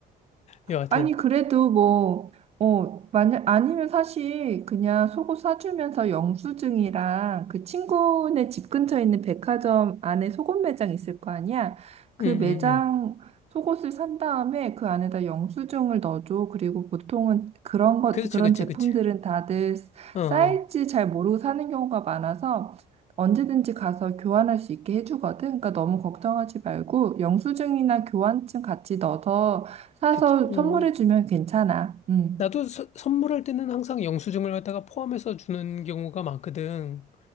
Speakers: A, on the left; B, on the right.
A: 여하튼.
B: 아니, 그래도 뭐, 어, 만약, 아니면 사실 그냥 속옷 사주면서 영수증이랑 그 친구네 집 근처에 있는 백화점 안에 속옷 매장 있을 거 아니야? 그
A: 응, 응,
B: 매장
A: 응.
B: 속옷을 산 다음에 그 안에다 영수증을 넣어줘. 그리고 보통은 그런 것,
A: 그치,
B: 그런
A: 그치,
B: 제품들은
A: 그치.
B: 다들
A: 어, 어.
B: 사이즈 잘 모르고 사는 경우가 많아서 언제든지 가서 교환할 수 있게 해주거든. 그러니까 너무 걱정하지 말고 영수증이나 교환증 같이 넣어서 사서
A: 그 어.
B: 선물해주면 괜찮아. 응,
A: 나도 서- 선물할 때는 항상 영수증을 갖다가 포함해서 주는 경우가 많거든.